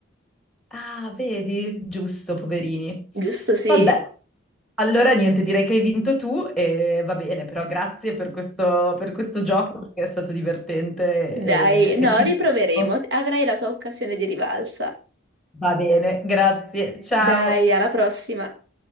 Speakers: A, in the centre; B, on the right.
A: Ah, vedi? Giusto, poverini.
B: Giusto, sì.
A: Vabbè. Allora, niente, direi che hai vinto tu e va bene, però grazie per questo, per questo gioco perché è stato divertente
B: Dai,
A: e,
B: no,
A: e simpatico.
B: riproveremo. Avrai la tua occasione di rivalsa.
A: Va bene, grazie. Ciao.
B: Dai, alla prossima.